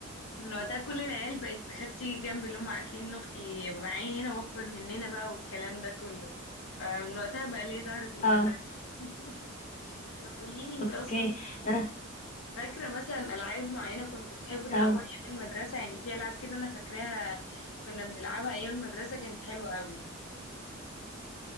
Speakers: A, on the left; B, on the left.
A: من وقتها كل العيال بقت تخاف تيجي جنبي اللي هم عارفين ان اختي معايا هنا واكبر مننا بقى والكلام ده كله فمن وقتها بقى ليه ظهر في المدرسة
B: اه
A: يعني <laughs> طب قوليلي انت
B: اوكي
A: اصلا
B: ده انا
A: فاكرة مثلا العاب معينة كنتوا بتحبوا تلعبوها
B: اه
A: ايام المدرسة يعني في العاب كده انا فاكراها كنا بنلعبها ايام المدرسة كانت حلوة قوي